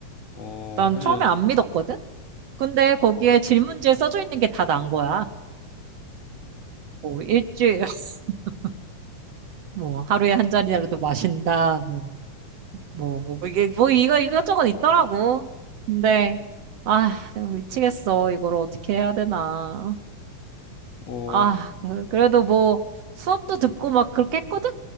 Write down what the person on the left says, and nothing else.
어,
사실,
어,